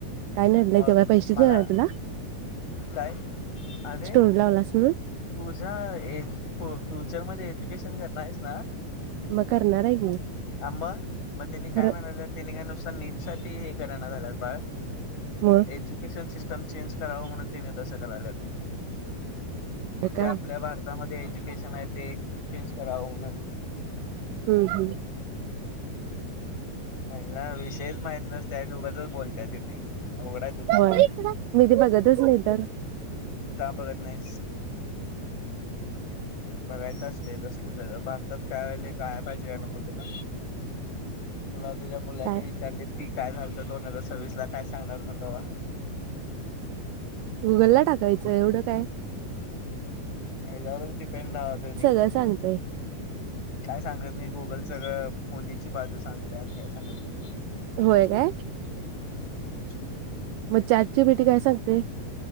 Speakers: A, on the right; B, on the left.
A: काय नडलंय
B: मग
A: तो काय पैसे
B: मला
A: देणार हाय तुला.
B: काय अरे.
A: टोर् लावलास म्हणून
B: तुझ्या एज फ् फ्युचरमध्ये एज्युकेशन करणाररेस ना.
A: म करणाराय की.
B: आ म म त्यांनी काय
A: खरं
B: म्हणाले तेने का नुस्ता नीट साठी हे कराना झालंत बाळ
A: मग
B: एज्युकेशन सिस्टम चेंज करावं म्हणून त्यांनी तसं कराल्यात.
A: काय
B: जे आपल्या भारतामध्ये एज्युकेशन आहे ते एक चेंज करावं म्हणून.
A: हम्म हम्म
B: अईला विषयंच माईत नसते आणि उगाचंच बोलताय तुम्ही अवघडा्
A: व्हय मी ते बघतच नई तर.
B: का बघत नाईस? बघायचं असतय तसलं सगळं, भारतात काय व्हायचंय कळाय पायजे का नको तुला. तुला तुझ्या मुलांनी
A: काय
B: विचारलेत की काय झाल्तं दोन हजार सव्वीसला काय सांगणार म तवा.
A: गुगलला टाकायचं एवढं काय.
B: याच्यावरच डिपेंड रावा तुम्ही.
A: का सांगतंय.
B: काय सांगत नाई गुगल सगळं मोदीची बाजू सांगते आणि काय सांगत नाई.
A: व्हय काय.
B: <unintelligible>
A: मग चॅट जी. पी. टी काय सांगतंय.